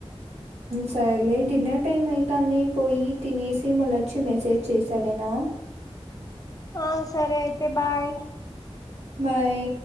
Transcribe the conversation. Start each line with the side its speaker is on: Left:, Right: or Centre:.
Right: సరేలే డిన్నర్ టైం అవుతంది పోయి తినేసి మళ్ళ వచ్చి మెసేజ్ చెయ్ సరేనా
Left: ఆ సరే అయితే బాయ్
Right: బాయ్